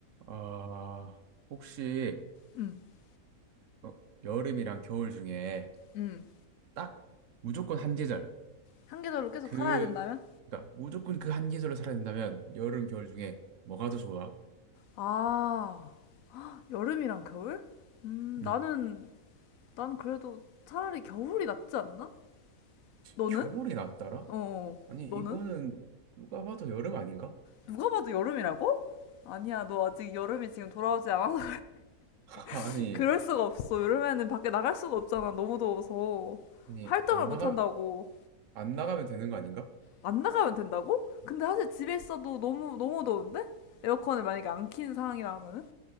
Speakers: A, on the right; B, on the left.
A: 아, 혹시
B: 응
A: 어, 여름이랑 겨울 중에
B: 응
A: 딱 무조건 한 계절
B: 한계절로 계속
A: 그
B: 살아야 된다면?
A: 그러니까 무조건 그 한 계절로 살아야 된다면 여름 겨울 중에 뭐가 더 좋아?
B: 아, 여름이랑 겨울? 음,
A: 음,
B: 나는, 난 그래도 차라리 겨울이 낫지 않나? 너는?
A: 겨울이 낫더라?
B: 어,
A: 아니
B: 너는?
A: 이거는 누가 봐도 여름 아닌가?
B: 누가 봐도 여름이라고? 아니야, 너 아직 여름이 지금 돌아오지 않아서
A: <laughs> 아니
B: <laughs> 그럴 수가 없어. 여름에는 밖에 나갈 수가 없잖아. 너무 더워서.
A: 아니
B: 활동을
A: 안
B: 못
A: 나가
B: 한다고.
A: 안 나가면 되는 거 아닌가?
B: 안 나가면 된다고? 근데 사실 집에 있어도 너무, 너무 더운데? 에어컨을 만약에 안 킨 상황이라 하면은?